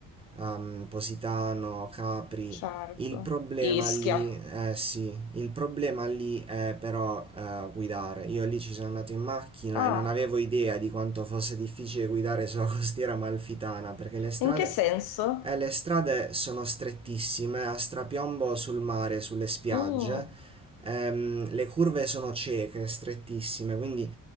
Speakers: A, on the right; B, on the left.
A: ehm, Positano, Capri.
B: certo.
A: Il problema
B: Ischia.
A: lì, eh sì, il problema lì è però eh, guidare. Io lì ci sono andato in macchina
B: Ah,
A: e non avevo idea di quanto fosse difficile guidare sulla <laughs> costiera amalfitana perché le strade,
B: in che senso?
A: eh, le strade sono strettissime, a strapiombo sul mare, sulle spiagge,
B: Mm,
A: ehm, le curve sono cieche, strettissime, quindi